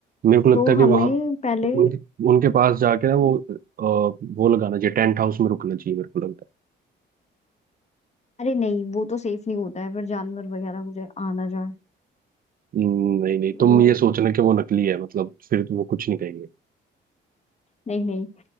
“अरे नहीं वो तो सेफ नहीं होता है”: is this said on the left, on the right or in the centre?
Left